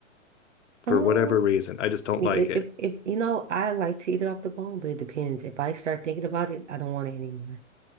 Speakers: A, on the left; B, on the right.
A: for
B: Um
A: whatever reason. I just don't
B: If,
A: like it.
B: if, if you know, I like to eat it off the bone, but it depends. If I start thinking about it, I don't want it anymore.